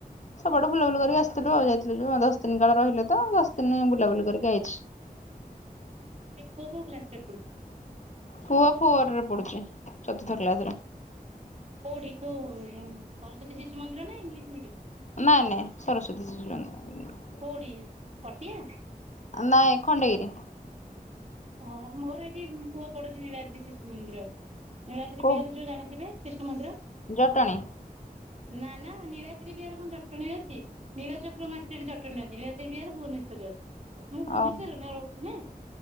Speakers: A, on the left; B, on the right.
A: ସବୁଆୁଡୁ ବୁଲାବୁଲି କରିକ ଆସିଥିଲୁ ଆ ଯାଇଥିଲୁ ଦଶ ଦିନ କାଳେ ରହିଲେ ତ ଦଶ ଦିନ ବୁଲାବୁଲି କରିକି ଆଇଛି।
B: ଏବେ ପୁଅ କୋଉ କ୍ଲାସ ରେ ପଡୁଛି।
A: ଫୁଅ ଫୋର୍ ରେ ପଡୁଛି ଚତୁଥ କ୍ଲାସ୍ ରେ।
B: କୋଉଠି କୋଉ ସରସ୍ଵତୀ ଶିଶୁ ମନ୍ଦିର ନା ଇଂଲିଶ ମିଡିଅମ୍?
A: ନାଇଁ ନାଇଁ ସରସ୍ଵତୀ ଶିଶୁ ମନ୍ଦିର।
B: କୋଉଡି ପଟିଆ?
A: ନାଇ ଖଣ୍ଡଗିରି।
B: ଓହୋ ମୋର ଏଇଠି ପୁଅ ପଡୁଛି ନୀଳାଦ୍ରି ଶିଶୁ ମନ୍ଦିର ନୀଳାଦ୍ରି
A: କୋଉ
B: ବିହାରେ ଯୋଉ ଜାଣିଥିବେ। ଶିଶୁ ମନ୍ଦିର।
A: ଜଟଣୀ।
B: ନା ନା ନୀଳଦ୍ରୀ ବିହାର କଣ ଜଟଣୀ ଅଛି। ନୀଳ ଚକ୍ର ଜଟଣୀ ଅଛି ବିହାର ଭୁବନେଶରରେ ମୁଁ ଭୁବନେଶରରେ
A: ଓହୋ
B: ରହୁଛି ନା।